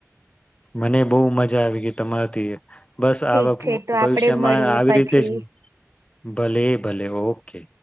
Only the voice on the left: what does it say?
મને બહુ મજા આવી ગઈ તમારાથી બસ
આ
ભવિષ્યમાં
આવી
રીતે જ ભલે ભલે ઓકે